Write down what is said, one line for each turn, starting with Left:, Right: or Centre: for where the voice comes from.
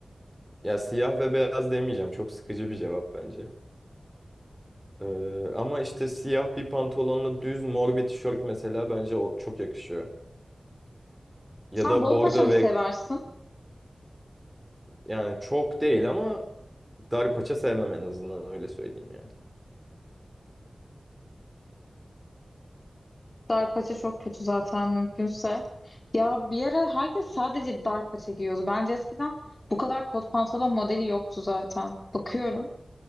Centre: Ya siyah ve beyaz demeyeceğim. Çok sıkıcı bir cevap bence. Ee, ama işte siyah bir pantolonla düz mor bir tişört mesela bence o çok yakışıyor. Ya
Left: Sen
Centre: da
Left: bol
Centre: bordo
Left: paça mı
Centre: ve
Left: seversin?
Centre: yani çok değil ama dar paça sevmem en azından öyle söyleyeyim yani.
Left: Dar paça çok kötü zaten mümkünse. Ya bir ara herkes sadece dar paça giyiyordu. Bence eskiden bu kadar kot pantolon modeli yoktu zaten. Bakıyorum.